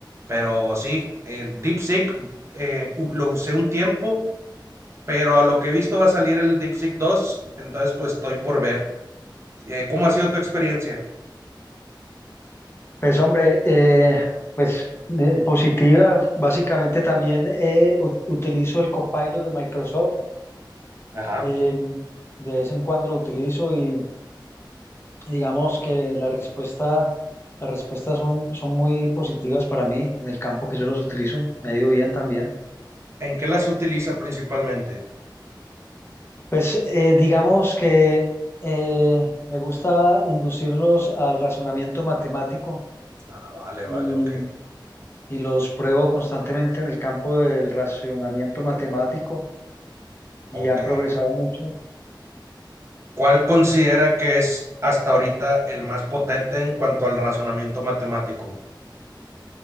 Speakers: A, on the right; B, on the left.
A: Pero sí, el DeepSeek eh, u- lo usé un tiempo, pero a lo que he visto va a salir el DeepSeek 2, entonces pues estoy por ver. Eh, ¿cómo ha sido tu experiencia?
B: Pues hombre, eh, pues eh, positiva, básicamente también eh, ut- utilizo el Copilot de Microsoft,
A: Ajá.
B: eh, de vez en cuando lo utilizo y digamos que la respuesta, las respuestas son, son muy positivas para mí en el campo que yo los utilizo, me ha ido bien también.
A: ¿En qué las utiliza principalmente?
B: Pues eh, digamos que eh, me gusta inducirlos al razonamiento matemático
A: Ah, vale, vale,
B: y
A: ok.
B: y los pruebo constantemente en el campo del racionamiento matemático
A: Ok.
B: y han progresado mucho.
A: ¿Cuál considera que es hasta ahorita el más potente en cuanto al razonamiento matemático?